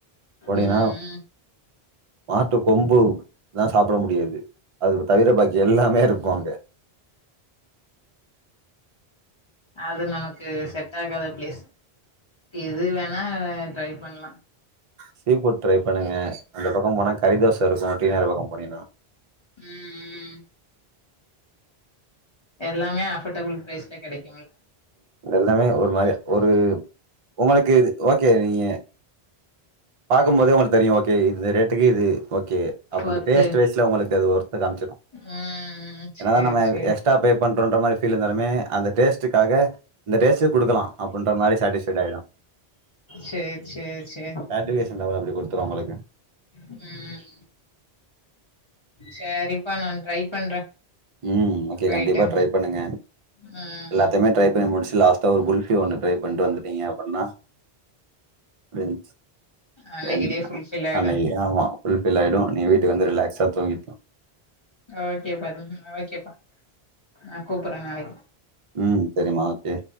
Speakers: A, on the right; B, on the left.
A: போனிங்கனா
B: ம் ம்
A: மாட்டு கொம்பு தா சாப் போட முடியாது அது தவிர பாக்கி எல்லாமேருக் குவாங்க
B: அது நமக்கு செட் ஆகாத பிளேஸு இது வேணா ட்ரை பண்லா
A: சீ ஃபுட் ட்ரை பண்ணுங்க அந்த பக்கம் போனா கறிதோச <unintelligible> இருக்கு அந்த பக்க போனினா
B: ம் ம் எல்லாமே அபோர்டபுள் ப்ரைஸ்ல கெடைக்
A: எல்லாமே ஒரு மாரிதா ஒரு ஒங்ளுக்கு இது ஓகே நீங்க பாக்கும் போதே ஒங்ளுக்கு தெரியு ஓகே இது இந்த ரேட்டுக்கு இது ஓகே அப்டின்டு
B: ஒர்த்து
A: டேஸ்ட் வய்ஸ்ல ஒங்ளுக்கு அது ஒ ர்த்த காம்ச்சிரு
B: ம் சேரி
A: ஏனா நம்ப
B: சேரி
A: எக்ஸ்ட்டா பே பண்டுவண்ட்ட மாரி ஃபீல் இருந்தாலுமே அந்த டேஸ்டுக்கு காக இந்த டேஸ்ட்டே குடுக்கலா அப்டின்ற மாரி சேட்டிஸ்ஃபைடு ஆய்டு
B: சேரி சேரி சேரி
A: சாடிஸ்பேஷன் லெவல்ல அப்டி குடுத்துடு உங்களுக்கு
B: ம் சேரிப்பா நா ட்ரை பண்றே
A: ம் ஓகே
B: போயிட்டு
A: கண்டிப்பா ட்ரை பண்ணுங்க
B: ம்
A: எல்லாத்தையுமே ட்ரை பண்ணி முடிச்சு லாஸ்ட்டா ஒரு குல்ஃபி ஒண்ணு ட்ரை பண்ட்டு வந்துட்டீங்க அப்டின்னா முடிஞ்ச்
B: அன்னைக்கு
A: என்
B: டே ஃபுல்ஃபில் ஆயிடு
A: ஆன்லைன்லியா ஆமா ஃபுல்ஃபில் ஆயிடு நீ வீட் வந்து ரிலாக்ஸ் துங்கிபோ
B: ஓகேப்பா <unintelligible> ஓகேப்பா நா கூப்ட்ற நாளைக்
A: உம் சரிமா ஓகே